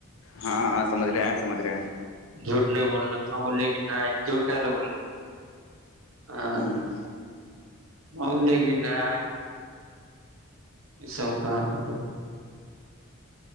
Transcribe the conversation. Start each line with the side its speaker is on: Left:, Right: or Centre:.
Left: ہاں ہاں سمجھ رہے ہیں سمجھ رہے ہیں
Right: جھوٹ نہیں بولنا تھا لےیک نہ جھوٹ ک لو بولیں گے ہاں
Left: ہ
Right: م لے گن آ یہ سب ک کر